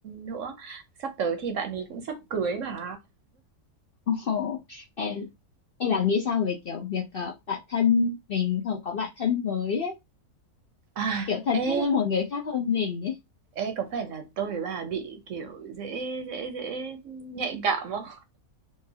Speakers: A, on the right; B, on the left.
A: nữa. Sắp tới thì bạn ấy cũng sắp cưới bà.
B: Ồ, em em là nghĩ sao về kiểu việc ờ, bạn thân mình không có bạn thân mới ấy,
A: À,
B: kiểu thân
A: ê,
B: thiết với một người khác hơn mình ấy.
A: ê có phải là tôi với bà bị kiểu dễ dễ dễ nhạy cảm không?